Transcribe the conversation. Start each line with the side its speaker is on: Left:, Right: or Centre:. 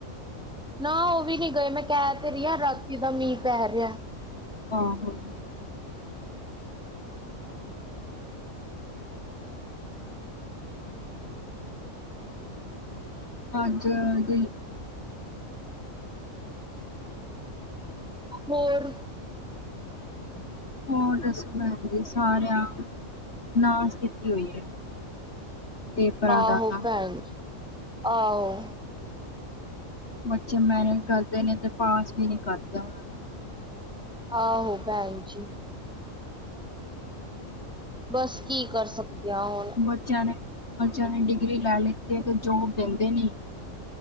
Centre: ਨਾ ਉਹ ਵੀ ਨੀ ਗਏ ਮੈਂ ਕਹਿ ਤੇ ਰਹੀ ਹਾਂ ਰਾਤੀ ਦਾ ਮੀਂਹ ਪੈ ਰਿਹਾ।
Left: ਆਹੋ ਅੱਜ ਦੀ
Centre: ਹੋਰ
Left: ਹੋਰ ਦੱਸੋ ਜ <unintelligible> ਸਾਰਿਆਂ ਨਾਸ ਕੀਤੀ ਹੋਈ ਹੈ। ਪੇਪਰਾਂ
Centre: ਆਹੋ
Left: ਦਾ ਤਾਂ
Centre: ਭੈਣ ਜੀ ਆਹੋ
Left: ਬੱਚੇ ਮਿਹਨਤ ਕਰਦੇ ਨੇ ਤੇ ਪਾਸ ਵੀ ਨੀ ਕਰਦੇ। ਨੂੰ
Centre: ਆਹ ਹੋ ਭੈਣ ਜੀ ਬਸ ਕੀ ਕਰ ਸਕਦੇ ਹਾਂ ਹੁਣ
Left: ਬੱਚਿਆਂ ਨੇ ਬੱਚਿਆਂ ਨੇ ਡਿਗਰੀ ਲੈ ਲਿੱਤੀ ਅਤੇ ਜੋਬ ਦਿੰਦੇ ਨੀ